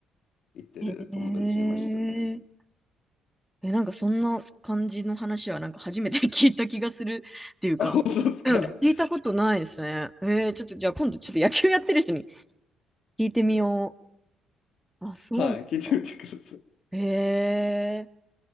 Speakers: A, on the left; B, in the centre.
A: 言ってる友達いましたね。
B: ー。へえー。え、なんかそんな感じの話はなんか初めて <laughs> 聞いた気がするっていうか、
A: あ、本当ですか。
B: うん。聞いたことないですね。えー、ちょっとじゃあ今度ちょっと野球やってる人に聞いてみよう。あ、そうなんだ。
A: はい、聞いてみてください。
B: えー、